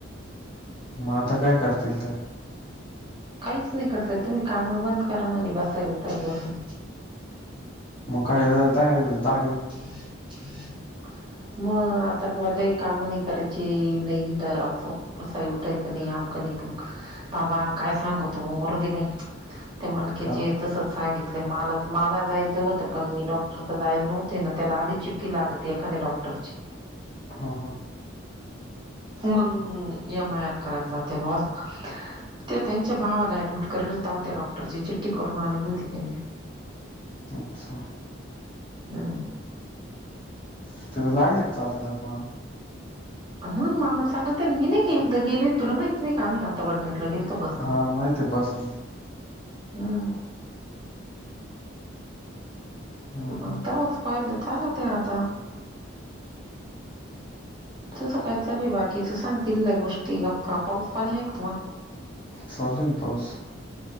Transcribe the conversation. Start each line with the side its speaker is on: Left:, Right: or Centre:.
Left: म आता काय करतील तर.
Right: काहीच नाही करताय तुम्ही कामं बंद करा म्हणे, बसाय उठाय बसून
Left: मग काय आता आहेतच जागेवर <unintelligible>
Right: <unintelligible> मग आता बुवा लई कामं नाही करायची, लई हिंड असं बसाय उठायचं नाही. आमकं नाही तमकं. बाबा काय सांगू तो मरू दे बाई ते मणकेचे
Left: का बर
Right: तसंच सांगित? लय मला तर मला जायचं होतं. पण मी डॉक्टर क जाय नव्हते. तेना त्याला आधीच चिठ्ठी लागते, एखाद्या डॉक्टरची.
Left: हा हा?
Right: मग एम आय आर करायला जाते बास ते त्यांच्या भावाला ऍडमिट. करेल तेव्हा त्या डॉक्टरची चिठ्ठी करून आणेल होती त्यांनी,
Left: अच्छा,?
Right: हू.
Left: आता लागलेत चालायला बुवा.
Right: हा मामा चालते ना मी नाही का एकदा गेले तुला माहित नाही का, आम्ही आता वडनेरला. गेलतो बस?
Left: हा माहिती आहे बसनी.
Right: हम्म
Left: हा
Right: मग
Left: हा
Right: तवाच पाहिलं चालंत आहे आता. तसं काय चाल बाकीच सांगतील त्या गोष्टी गप्पा पाऊस पाणी आहे का तुम्हांला?
Left: चालू आहे ना पाऊस